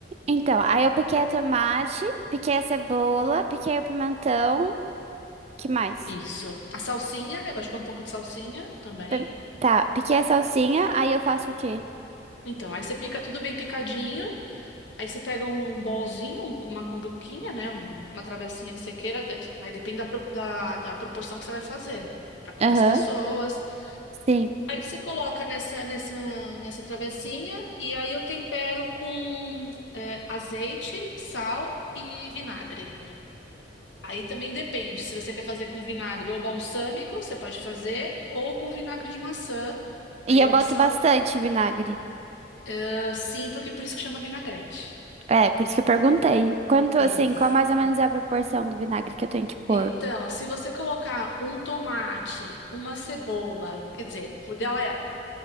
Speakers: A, on the right; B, on the left.
A: Então, aí eu piquei a tomate, piquei a cebola, piquei o pimentão. Que mais?
B: Isso. A salsinha, eu gosto de pôr um pouco de salsinha também.
A: Pim- Tá, piquei a salsinha, aí eu faço o quê?
B: Então, aí você pica tudo bem picadinho. Aí você pega um bolzinho, um- uma cumbuquinha, né? Uma, uma travessinha que você queira. dep- Aí depende da, pro- da, da proporção que você vai fazer. Para quantas
A: Aham,
B: pessoas.
A: sim.
B: Aí você coloca nessa, nessa, nessa travessinha. E aí eu tempero com é, azeite, sal e vinagre. Aí também depende, se você quer fazer com vinagre ou balsâmico, você pode fazer, ou com vinagre de maçã. Aí
A: E eu
B: é a
A: boto
B: opção,
A: bastante vinagre.
B: ah, sim, porque por isso que chama vinagrete.
A: É, por isso que eu perguntei. Quanto,
B: Isso.
A: assim, qual mais ou menos é a proporção do vinagre que eu tenho que pôr?
B: Então, se você colocar um tomate, uma cebola, quer dizer, o ideal é